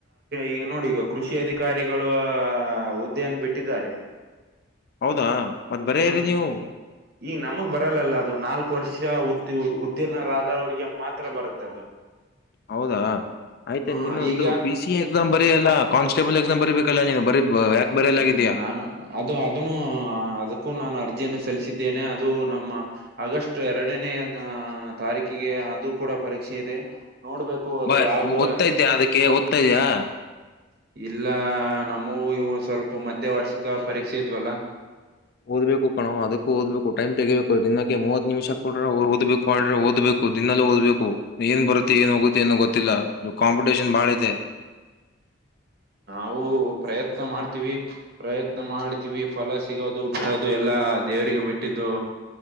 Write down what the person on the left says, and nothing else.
ಹೌದಾ. ಮತ್ ಬರೀರಿ
ನೀವು
ಹೌದಾ ಆಯ್ತಾ
ನೀನು ಇದು
P C. A C exam ಬರಿ ಅಲ್ಲ ಕಾಸ್ಟೇಬಲ್ ಎಸಾಮ್ ಬರಿಬೇಕಲ್ಲ ನೀ ಬರೀ ಯಾಕೆ. ಬರೆಯಲಾಗಿದೆಯಾ
ಬಟ್
ಓದ್ತಾ ಇದ್ದೆ ಅದಕ್ಕೆ ಓದ್ತಾ ಇದ್ಯಾ.
ಓದ್ಬೇಕು ಕಣೋ ಅದಕ್ಕ ಓದ್ಬೇಕು ಟೈಮ್ ತೆಗಿಬೇಕು ದಿನಕ್ಕೆ ಮೂವತ್ ನಿಮಿಷ ಕೊಡ್ರೆ ಓದ್ಬೇಕು ಅಂದ್ರೇ ಓದಬೇಕು. ದಿನಲೂ ಓದ್ಬೇಕು ಏನ್ ಬರುತ್ತೆ ಏನ್ ಹೋಗುತ್ತೆ ಏನೋ ಗೊತ್ತಿಲ್ಲ ಕಾಂಪಿಟೇಷನ್ ಬಾಳ ಇದೆ. <inaudible>